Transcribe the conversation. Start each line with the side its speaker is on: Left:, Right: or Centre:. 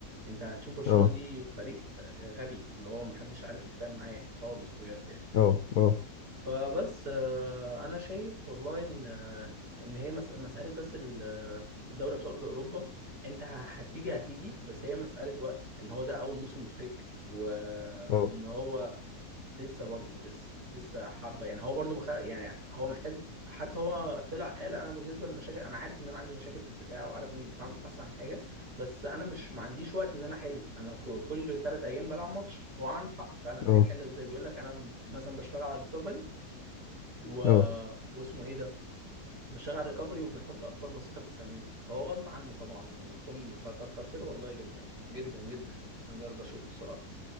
Right: انت هتشوف برشلونة
Left: اه
Right: دي فريق غبي اللي هو محدش عارف يتفاهم معاه خالص بجد يعني
Left: اه اه
Right: فبس آه، انا شايف والله ان آه، ان هي مس- مساله بس ال- آه، الدوري ابطال اوروبا انت ه- هتيجي هتيجي بس هي مساله وقت ان هو ده اول موسم لفليك و...
Left: اه
Right: وان هو لسه برضه لسه لسه حبه يعني هو برضه مخ... يعني هو محتاج حتى هو طلع قال انا بالنسبه للمشاكل انا عارف ان انا عندي مشاكل في الدفاع وعارف ان الدفاع مش احسن حاجه بس انا مش ما عنديش وقت ان انا احل انا ك- كل ثلاث ايام بلعب ماتش هو عنده حق فعلا
Left: اه
Right: هيحل ازاي بيقول لك انا مثلا بشتغل على الريكفري و...
Left: آه.
Right: واسمه ايه ده بشتغل على ريكفري وبنحط افكار بسيطه في التمرين فهو غصب عنه طبعا ومحكوم فكتر خيره والله جدا جدا جدا يعني انا ده اللي بشوفه الصراحه